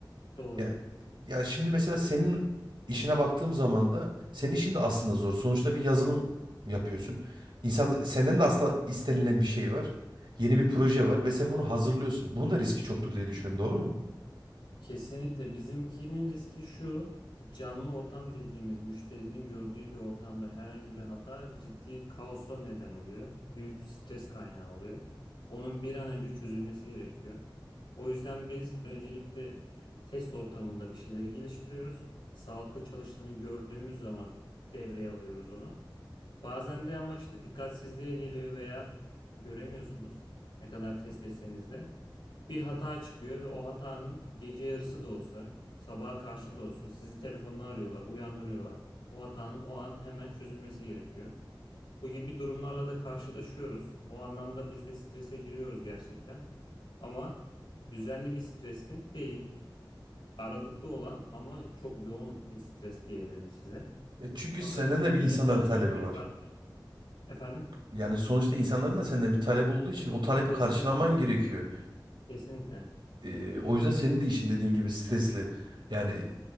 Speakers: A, on the left (about 85°); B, on the right (about 70°).
A: doğru.
B: Yani ya şimdi mesela senin işine baktığım zaman da senin işin de aslında zor. Sonuçta bir yazılım yapıyorsun. İnsan senden de aslında istenilen bir şey var. Yeni bir proje var ve sen bunu hazırlıyorsun. Bunun da riski çoktur diye düşünüyorum, doğru mu?
A: Kesinlikle bizimkinin riski şu canlı ortam dediğimiz müşterinin gördüğü bir ortamda herhangi bir hata ciddi kaosa neden oluyor. Büyük stres kaynağı oluyor. Onun bir an önce çözülmesi gerekiyor. O yüzden biz öncelikle e, test ortamında bir şeyleri geliştiriyoruz. Sağlıklı çalıştığını gördüğümüz zaman devreye alıyoruz onu. Bazen de ama işte dikkatsizliğe geliyor veya göremiyorsunuz ne kadar test etseniz de bir hata çıkıyor ve o hatanın gece yarısı da olsa, sabaha karşı da olsa sizi telefonla arıyorlar, uyandırıyorlar. Bu hatanın o an hemen çözülmesi gerekiyor. Bu gibi durumlarla da karşılaşıyoruz. O anlamda biz de strese giriyoruz gerçekten. Ama düzenli bir stres mi? Değil. Aralıkta olan ama çok yoğun bir stres diyebilirim size.
B: E çünkü
A: Fakat
B: senden
A: sizinkiyle
B: de bir insanların
A: kıyaslayınca
B: talebi var.
A: farklı. Efendim?
B: Yani sonuçta insanların da senden bir talebi olduğu için o talebi
A: Kesinlikle.
B: karşılaman gerekiyor.
A: Kesinlikle.
B: E, o yüzden senin de işin dediğin gibi stresli. Yani